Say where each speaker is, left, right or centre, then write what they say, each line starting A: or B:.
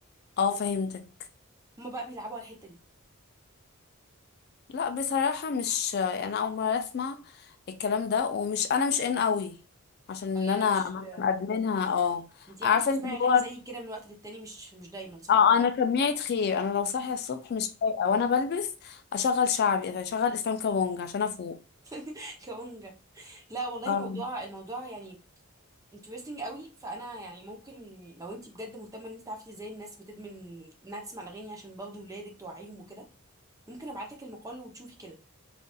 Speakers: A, on the left; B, on the right.
A: اه فهمتك
B: هما بقى بيلعبوا على الحته دي
A: لا بصراحة مش انا اول مرة اسمع الكلام ده ومش انا مش ان قوي عشان ان
B: اه يعني
A: انا
B: مش
A: مثلا
B: آه،
A: ادمنها اه
B: انت عادي
A: عارفه
B: بتسمعي
A: انت اللي
B: اغاني
A: هو
B: زي كده من وقت للتاني مش مش دايما صح
A: اه انا سميت خير انا لو صاحيه الصبح مش فايقه وانا بلبس اشغل شعبي يعني اشغل اسلام كابونج عشان افوق
B: <laughs> كونجا لا والله
A: اه
B: موضوع الموضوع يعني انترستنج قوي فانا يعني ممكن لو انت بجد مهتمه ان انت تعرفي ازاي الناس بتدمن انها تسمع الاغاني عشان برضه ولادك توعيهم وكده ممكن ابعت لك المقال وتشوفي كده